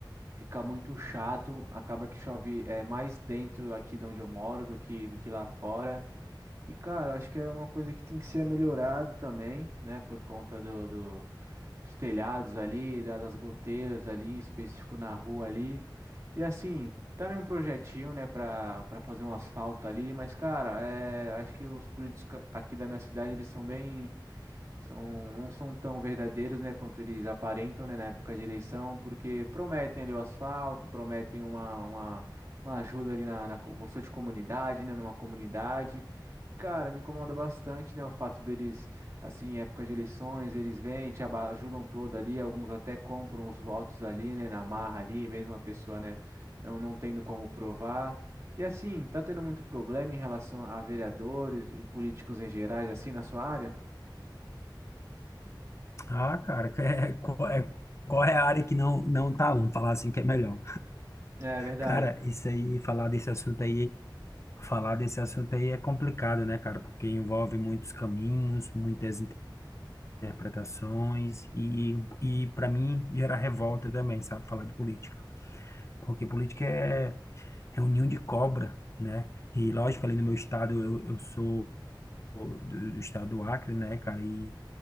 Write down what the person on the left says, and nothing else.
Ah, cara, que é, <laughs> qual é, qual é a área que não, não tá? Vamos falar assim que é melhor.
Cara, isso aí, falar desse assunto aí, falar desse assunto aí é complicado, né, cara? Porque envolve muitos caminhos, muitas interpretações e, e para mim, gera revolta também, sabe? Falar de política. Porque política é É um ninho de cobra, né? E lógico, ali no meu estado, eu, eu sou do, do estado do Acre, né, cara? E,